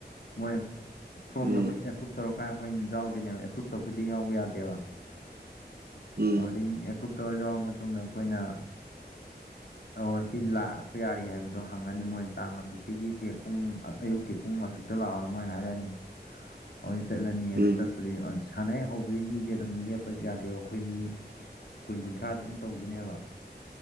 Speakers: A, on the left (about 65°); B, on the right (about 60°).
A: ꯃꯣꯏꯅ ꯐ꯭ꯔꯣꯝꯗ
B: ꯎꯝ
A: ꯑꯩꯈꯣꯏ ꯑꯦꯄ꯭ꯔꯨꯞ ꯇꯧꯔꯀꯥꯏ ꯑꯩꯈꯣꯏꯅ ꯌꯥꯎꯗꯣꯏꯅꯦꯕ ꯑꯦꯄ꯭ꯔꯨꯞ ꯇꯧꯗꯗꯤ ꯌꯥꯎꯕ ꯌꯥꯗꯦꯕ
B: ꯎꯝ
A: ꯁꯤꯝ ꯑꯦꯄ꯭ꯔꯨꯞ ꯇꯧꯔ ꯌꯥꯎꯔꯕ ꯃꯇꯨꯡꯗ ꯑꯩꯈꯣꯏꯅ ꯑꯣ ꯁꯤ ꯂꯥꯛ ꯌꯥꯔꯤ ꯍꯥꯏꯕꯗꯣ ꯍꯪꯉꯅꯤ ꯃꯣꯏ ꯇꯥꯡ ꯑꯁꯨꯨꯛꯇꯤꯒꯤꯁꯦ ꯄꯨꯡ ꯑꯌꯨꯛꯀꯤ ꯄꯨꯡ ꯑꯁꯨꯛꯇ ꯂꯥꯛꯑꯣ ꯃꯣꯏ ꯍꯥꯏꯔꯛꯑꯅꯤ <unintelligible> ꯍꯧꯖꯤꯛ ꯆꯠꯂꯅꯤ ꯑꯗꯨ
B: ꯎꯝ
A: ꯆꯠꯄꯗꯤ ꯁꯥꯟꯅ ꯍꯦꯛ ꯍꯧꯕꯗꯩ ꯃꯤꯖꯦ ꯑꯗꯨꯝ ꯂꯦꯞꯄꯁꯨ ꯌꯥꯗꯦꯕ ꯑꯩꯈꯣꯏ ꯃꯤ ꯀꯨꯟ ꯀꯨꯟꯊ꯭ꯔꯥꯥꯖꯦ ꯑꯗꯨꯝ ꯇꯧꯗꯣꯏꯅꯦꯕ